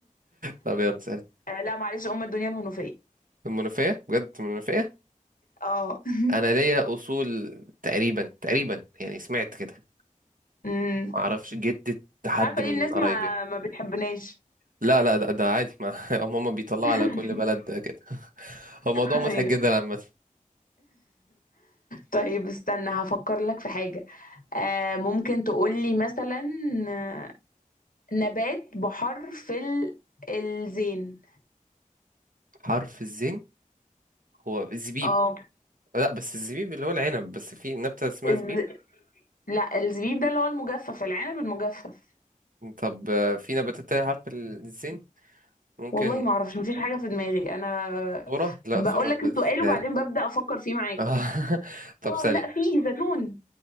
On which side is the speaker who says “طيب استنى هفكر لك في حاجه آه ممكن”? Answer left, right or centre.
Left